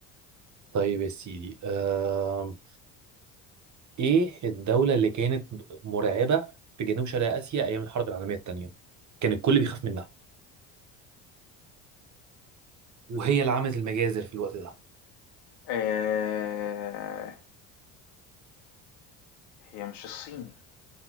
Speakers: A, on the right; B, on the left.
A: طيب يا سيدي آم... ايه الدوله اللي كانت مرعبه في جنوب شرق اسيا ايام الحرب العالميه الثانيه كان الكل بيخاف منها وهي اللي عملت المجازر في الوقت ده
B: آه، هي مش الصين